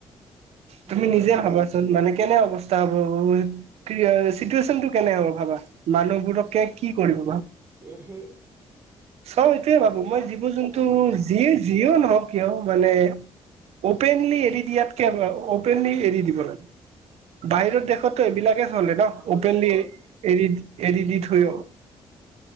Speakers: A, on the right; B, on the right.
A: হয়
B: তুমি
A: হয়
B: নিজে
A: হয়
B: ভাবাচোন মানে কেনে অ- <unintelligible> <unintelligible> চিটুৱেচনটো কেনে হব ভাবা, মানুহবোৰক কি কৰিব।
A: <unintelligible>
B: চব এইটোয়ে ভাবো।
A: সি
B: মই
A: তাত
B: জীৱ-জন্তু
A: কি খাব বা
B: যিয়ে যিও নহওক। কিয় মানে অপেনলি এৰি দিয়াতকে। অপেনলি এৰি দিব লাগে। বাহিৰৰ দেশতো এইবিলাকে- <unintelligible>
A: সজাত
B: অপেনলি
A: ব
B: এৰি এৰি দি থৈ।
A: অ